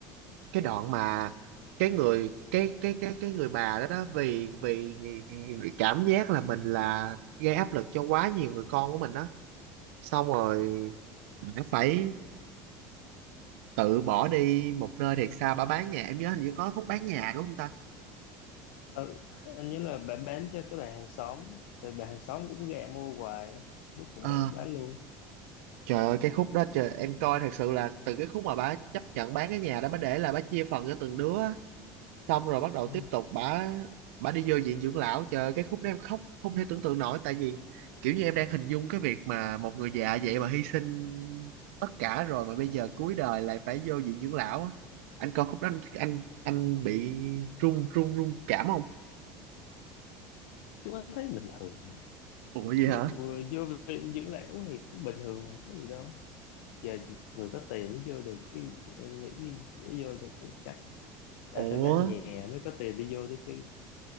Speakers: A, on the right; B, on the left.
A: cái đoạn mà cái người cái cái cái cái người bà đó đó vì vì vì cảm giác là mình là gây áp lực cho quá nhiều người con của mình đó xong rồi bà phải tự bỏ đi một nơi thiệt xa bà bán nhà em nhớ hình như có khúc bán nhà đúng không ta
B: Ừ, anh nhớ là bạn bán cho cái bạn hàng xóm rồi bạn hàng xóm cũng gạ mua hoài cuối cùng
A: ờ
B: bạn cũng bán luôn
A: trời ơi cái khúc đó trời em coi thật sự là từ cái khúc mà bà chấp nhận bán cái nhà đó bà để là bà chia phần cho từng đứa á. xong rồi bắt đầu
B: ừ.
A: tiếp tục bà bà đi vô viện dưỡng lão trời ơi, cái khúc đó em khóc không thể tưởng tượng nổi tại vì kiểu như em đang hình dung cái việc mà một người già vậy mà hy sinh tất cả rồi mà bây giờ cuối đời lại phải vô viện dưỡng lão á anh coi khúc đó anh anh anh bị run run run cảm không
B: chứ anh thấy bình thường
A: ủa gì
B: ví
A: hả
B: dụ ờ, vô viện dưỡng lão thì cũng bình thường mà có gì đâu giờ chỉ người có tiền mới vô được chứ em nghĩ dễ vô được chứ. chắc đã
A: ủa
B: phải bán nhà mới có tiền đi vô được chứ